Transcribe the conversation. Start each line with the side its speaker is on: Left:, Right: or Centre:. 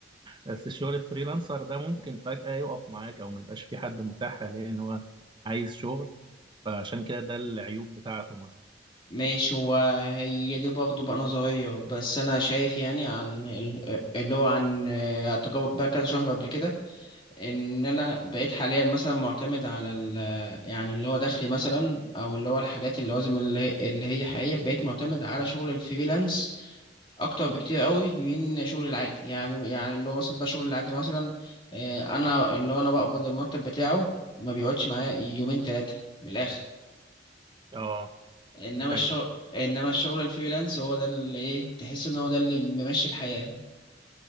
Right: بس الشغل الفريلانسر ده ممكن فجأة يقف معاك أو ما يبقاش في حد متاح حاليا إن هو عايز شغل فعشان كده ده العيوب بتاعته مثلا
Left: ماشي هو هي دي برضه بقى نظرية بس أنا شايف يعني عن ال- اللي هو عن آه، تجارب بقى كذا شهر قبل كده إن أنا بقيت حاليا مثلا معتمد على ال يعني اللي هو دخلي مثلا أو اللي هو الحاجات اللوازم اللي هي اللي هي حقيقية بقيت معتمد على شغل الفريلانس أكتر بكتير قوي من شغل العادي يعني يعني اللي هو مثلا بقى شغل العادي مثلا آه، أنا اللي هو أنا بقبض المرتب بتاعه ما بيقعدش معايا يومين تلاتة من الآخر
Right: آه
Left: انما
Right: دي حقيقة
Left: الشغل انما الشغل الفريلانس هو ده اللي ايه تحس ان هو ده اللي ممشي الحياة